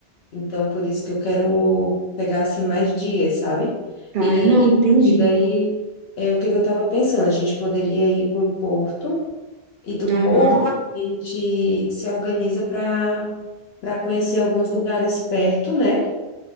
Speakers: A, on the left; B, on the right.
A: Então, por isso que eu quero pegar assim mais dias, sabe?
B: Tá.
A: E,
B: Não, entendi.
A: e, e daí, é, o que que eu estava pensando? A gente poderia ir para o Porto, e do
B: Aham.
A: Porto a gente se organiza para para conhecer alguns lugares perto, né?